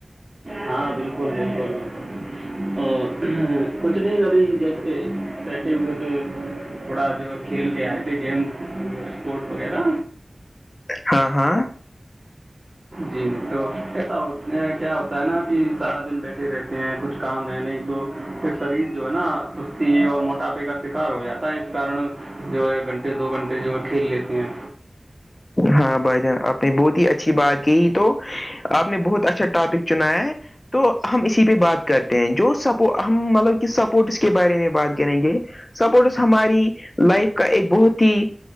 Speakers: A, on the right; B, on the left.
A: ہاں بالکل بالکل <unintelligible> تھوڑا جو ہے کھیل کے آئے تھے گیم اسپورٹس وغیرہ
B: ہاں ہاں
A: جی تو ایسا کیا ہوتا ہے نا کہ سارا دن بیٹھے رہتے ہیں کچھ کام ہے نہیں تو پھر شریر جو ہے نا سستی اور موٹاپے کا شکار ہو جاتا ہے اس کارن جو ہے گھنٹے دو گھنٹے جو ہے کھیل لیتے ہیں
B: ہاں بھائی جان آپ نے بہت ہی اچھی بات کہ تو آپ نے بہت اچھا ٹاپک چنایا ہے تو ہم اسی پہ بات کرتے ہیں جو سپ ہم مطلب کہ سپورٹس کے بارے میں بات کریں گے سپورٹس ہماری لائف کا ایک بہت ہی